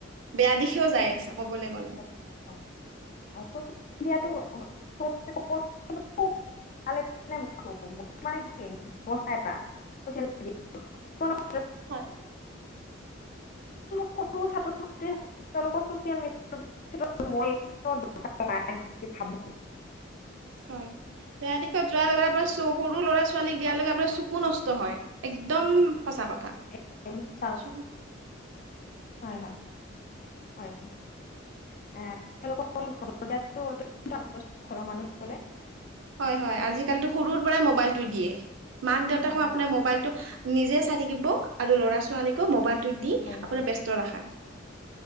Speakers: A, on the right; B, on the left.
A: বেয়া দিশেও যাই আছে ক'বলৈ গ'লে।
B: <inaudible> <inaudible> <inaudible>
A: হয় হয়।
B: সৰু ছাত্ৰ, ছাত্ৰী তেওঁলোকৰ চচিয়েল মিডিয়াৰ ক্ষ মইকাৰ নাই বুলি ভাবো। <unintelligible>
A: হয়। বেয়া দিশত যোৱাৰ লগে আপোনাৰ সৰু ল'ৰা, ছোৱালীক দিয়াৰ লগে আপোনাৰ চকু নষ্ট হয়। একদম সঁচা কথা।
B: <inaudible>
A: চকু
B: হয়, হয়, হয়। <inaudible>
A: হয়, হয় আজিকালিতো সৰুৰ পৰাই মোবাইলতটো দিয়ে। মাক দেউতাক ক
B: হয়
A: আপোনাৰ মোবাইলটো নিজে চাই থাকিব আৰু ল'ৰা ছোৱালীকো মোবাইলটো দি
B: হয় হয়
A: আপোনাৰ ব্যস্ত ৰাখাই।